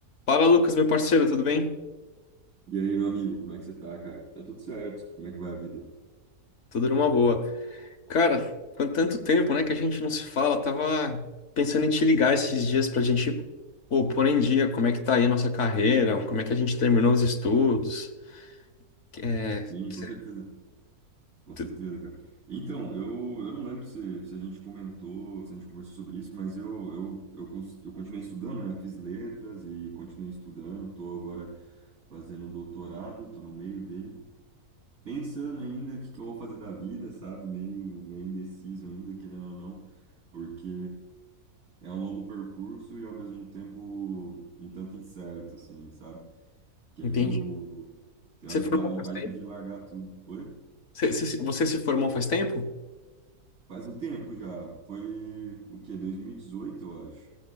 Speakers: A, on the left (about 55°); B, on the right (about 65°).
A: Fala, Lucas, meu parceiro, tudo bem?
B: E aí, meu amigo, como é que você tá, cara? Que tá tudo certo? Como é que vai a vida?
A: Tudo numa boa. Cara, quanto tanto tempo, né, que a gente não se fala. Tava pensando em te ligar esses dias pra gente, pô, pôr em dia como é que tá aí a nossa carreira, como é que a gente terminou os estudos. É,
B: Sim,
A: cê-
B: com certeza, com
A: tu-
B: certeza, cara. Então, eu, eu não lembro se, se a gente comentou, se a gente conversou sobre isso, mas eu, eu, eu, cons- eu continuei estudando, né? Fiz letras e continuei estudando, tô agora fazendo um doutorado, tô no meio dele, pensando ainda o que que eu vou fazer da vida, sabe? Meio, meio indeciso ainda, querendo ou não, porque é um longo percurso e ao mesmo tempo um tanto incerto, assim, sabe? Querendo.
A: entende?
B: Tem
A: Você
B: hora
A: formou
B: que dá vontade
A: faz tempo?
B: de largar tudo. Oi?
A: Cê- cê se- você se formou faz tempo?
B: Faz um tempo já. Foi o quê? dois mil e dezoito eu acho.